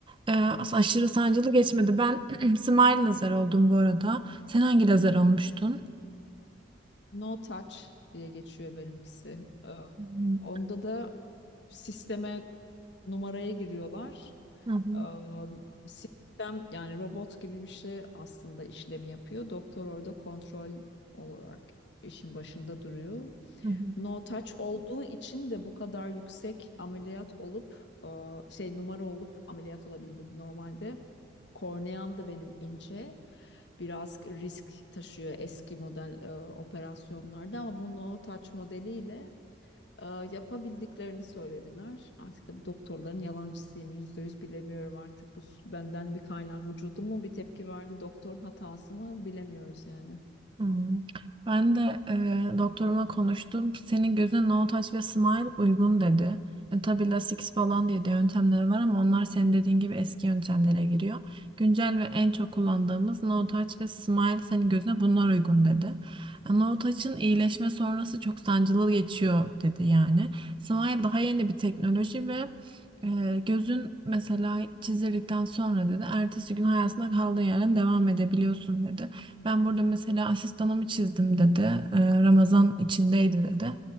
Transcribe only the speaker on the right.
e, aşırı sancılı geçmedi. Ben <clears throat> smile lazer oldum bu arada. Sen hangi lazer olmuştun?
Hı hı.
Hı hı.
Hı hı.
Hmm. Ben de e, doktoruma konuştum. Senin gözüne no touch ve smile uygun dedi. E, tabii lasik falan diye de yöntemler var ama onlar senin dediğin gibi eski yöntemlere giriyor. Güncel ve en çok kullandığımız no touch ve smile senin gözüne bunlar uygun dedi. E, No touch'ın iyileşme sonrası çok sancılı geçiyor dedi yani. Smile daha yeni bir teknoloji ve e, gözün mesela çizildikten sonra dedi ertesi gün hayatına kaldığın yerden devam edebiliyorsun dedi. Ben burada mesela asistanımı çizdim dedi. Ee, Ramazan içindeydi dedi.